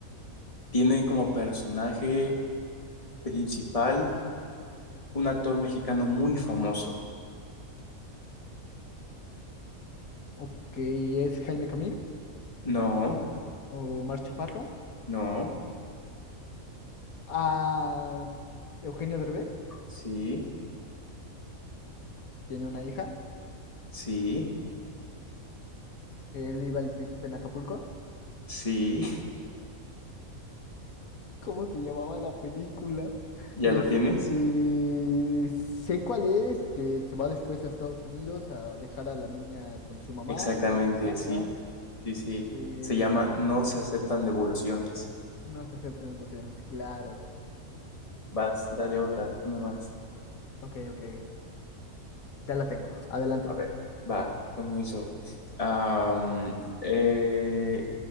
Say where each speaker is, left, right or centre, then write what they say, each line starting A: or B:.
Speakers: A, on the left; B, on the left.
A: tiene como personaje principal un actor mexicano muy famoso.
B: Ok, ¿es Jaime Camil
A: No,
B: o Mar Chaparro?
A: no,
B: Ah, Eugenio Derbez
A: sí,
B: tiene una hija.
A: sí,
B: Él vive al principio en Acapulco.
A: sí.
B: ¿Cómo se llamaba la película?
A: <laughs> ¿Ya
B: Este,
A: lo tienes?
B: sé cuál es, que se va después a Estados Unidos a dejar a la niña con su mamá,
A: Exactamente,
B: a buscarla.
A: sí, sí, sí.
B: Eh,
A: Se llama No se aceptan devoluciones.
B: no se aceptan emociones, claro.
A: Vas, dale otra, una más.
B: Ok, ok, ya la tengo, adelante.
A: A ver, va, comienzo. Am, eh,